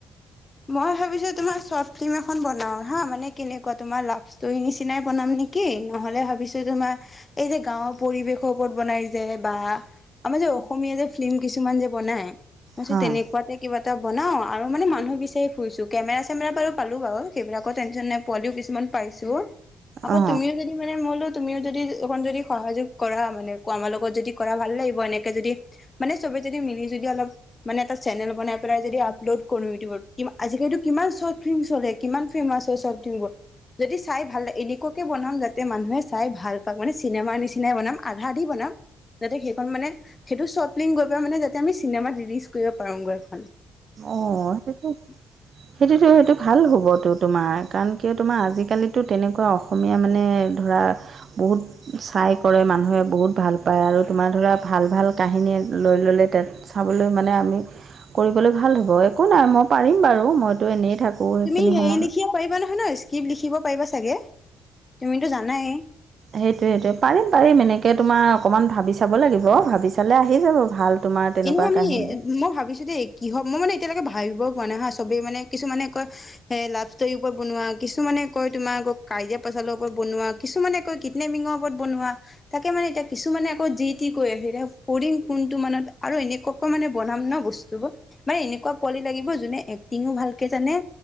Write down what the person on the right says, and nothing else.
হয়
অ
অ সেইটোতো
সেইটোতো সেইটো ভাল হ'বতো তোমাৰ কাৰণ কিয় তোমাৰ আজিকালো তেনেকুৱা অসমীয়া মানে ধৰা বহুত চাই কৰে মানুহে বহুত ভাল পায় আৰু তোমাৰ ধৰা ভাল ভাল কাহিনীয়ে লৈ ল'লে তাত চাবলৈ মানে আমি কৰিবলৈ ভাল হ'ব একো নাই মই পাৰিম বাৰু মইতো এনেই থাকোঁ সেইখিনি
সময়
সেইটোৱেইটোৱে পাৰিম পাৰিম এনেকৈ তোমাৰ অকণমান ভাবি চাব লাগিব ভাবি চালে আহি যাব ভাল তোমাৰ তেনেকুৱা
কাহিনী